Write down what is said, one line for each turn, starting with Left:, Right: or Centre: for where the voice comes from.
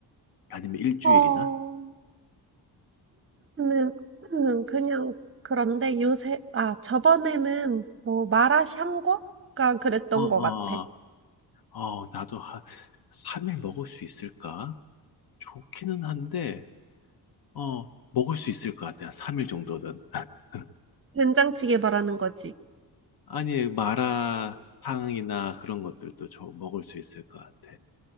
Left: 아니면 일주일이나?
Right: 어, 는 <clears throat> 그냥 그런데 요새, 아, 저번에는 뭐 마라샹궈가 그랬던
Left: 어, 어,
Right: 것 같아.
Left: 어, 나도 한 3일 먹을 수 있을까? 좋기는 한데, 어, 먹을 수 있을 것 같아. 3일 정도는. <laughs>
Right: 된장찌개 말하는 거지.
Left: 아니, 마라탕이나 그런 것들도 저 먹을 수 있을 것 같아.